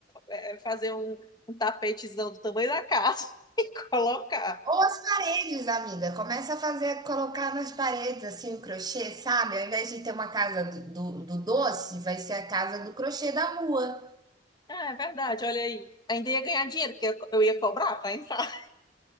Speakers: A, on the left; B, on the right.
A: é, fazer um, um tapetezão do tamanho da casa <laughs> e colocar.
B: Ou as paredes, amiga. Começa a fazer, colocar nas paredes, assim, o crochê, sabe? Ao invés de ter uma casa do, do, do doce, vai ser a casa do crochê da rua.
A: Ah, é verdade, olha aí. Ainda ia ganhar dinheiro, porque eu, eu ia cobrar para entrar.